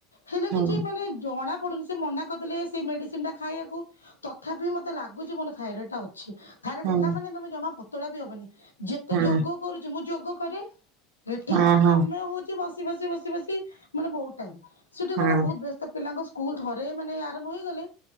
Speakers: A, on the left; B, on the right.
A: ହେଲେ
B: ହଁ
A: କିଛି ମାନେ ଜଣା ପଡୁନି ସେ ମନା କରିଦଲେ ସେଇ ମେଡିସିନ୍ ଟା ଖାଇବାକୁ ତଥାପି ମତେ ଲା ଲାଗୁଚି ମତେ ଥାଇରଡ୍ ଟା ଅଛି ଥାଇରଡ୍
B: ହଁ
A: ହେଲା ମାନେ ତମେ ଜମା ପତଳା ବି ହବନି ଯେତେ
B: ହଁ
A: ଯୋଗ କରୁଚି ମୁଁ ଯୋଗ କରେ ଏଠି
B: ହଁ
A: କଣ
B: ହଁ
A: ସମୟ ହଉ ଚି ବସି- ବସି -ବସି -ବସି ମାନେ ବହୁତ୍ ଟାଇମ୍ ସେଠି କଣ
B: ହଁ
A: ବହୁତ୍ ବେସ୍ ତ ପିଲାଙ୍କ ସ୍କୁଲ୍ ତଥରେ ମାନେ ଆରମ୍ଭ ହେଇଗଲେ